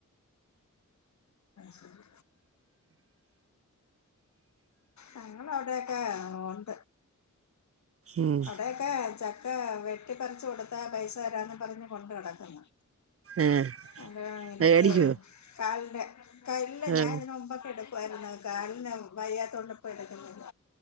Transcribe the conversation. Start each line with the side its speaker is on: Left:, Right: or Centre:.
Left: ശരി ഞങ്ങളവിടൊക്കെ ആഹ് ഉണ്ട്
Right: ഉം
Left: അവിടൊക്കെ ചക്ക വെട്ടിപ്പിച്ചു കൊടുത്താ പൈസ തരാന്ന് പറഞ്ഞ് കൊണ്ട് കിടക്കുന്നു
Right: ഏഹ്
Left: അത എനിക്കേ
Right: മേടിക്കുവോ
Left: കാലിന്റെ കല്ല
Right: ആഹ്
Left: ഞാൻ ഇതിന മുമ്പൊക്കെ എടുക്ക രുന്നു കാലിന വയ്യാത്തോണ്ട് ഇപ്പൊ എടുക്കുന്നില്ല